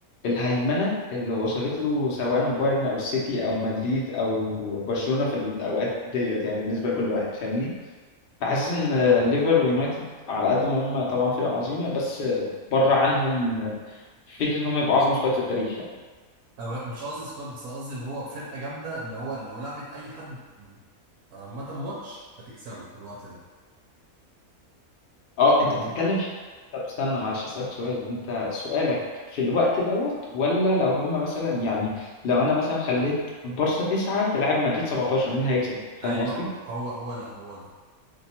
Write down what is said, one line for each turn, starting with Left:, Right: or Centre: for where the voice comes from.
Left: الهيمنه اللي وصلت له سواء البايرن او السيتي او مدريد او برشلونه في الاوقات ديت يعني بالنسبه لكل واحد فاهمني فحاسس ان آه، ليفر ويونايتد على قد ما هم طبعا فرق عظيمه بس آه، بره عنهم آه، فكره ان هم يبقوا اعظم سكواد في التاريخ يعني
Right: انا مش قصدي سكواد بس انا قصدي اللي هو فرقة جامدة اللي هو لو لعبت اي حد عامة ماتش هتكسبه في الوقت ده
Left: اه
Right: فاهم
Left: انت بتتكلم
Right: قصدي؟
Left: في طب استنى معلش اسالك سؤال انت سؤالك في الوقت دوت ولا لو هم مثلا يعني لو انا مثلا خليت بارسا تسعة تلعب مدريد 17 مين هيكسب فاهم
Right: ايوه
Left: قصدي
Right: هو هو ده هو ده